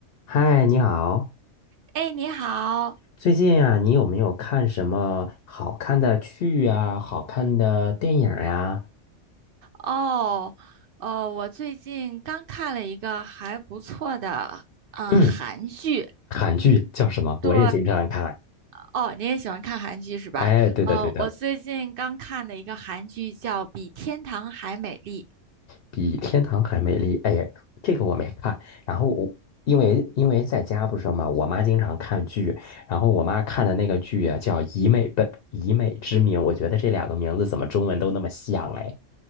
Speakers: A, on the left; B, on the right.
A: 嗨，你好。
B: 哎，你好
A: 最近啊，你有没有看什么好看的剧啊？好看的电影呀？
B: 哦，呃，我最近刚看了一个还不错的呃韩剧，
A: 嗯，韩剧叫什么？
B: 对，
A: 我也经常看。
B: 哦，你也喜欢看韩剧是吧？
A: 哎，对的，
B: 呃，
A: 对的，
B: 我最近刚看的一个韩剧叫《比天堂还美丽》，
A: 比天堂还美丽。哎呀，这个我没看。然后我因为因为在家不是嘛，我妈经常看剧，然后我妈看的那个剧啊，叫《以美本以美之名》，我觉得这两个名字怎么中文都那么像哎，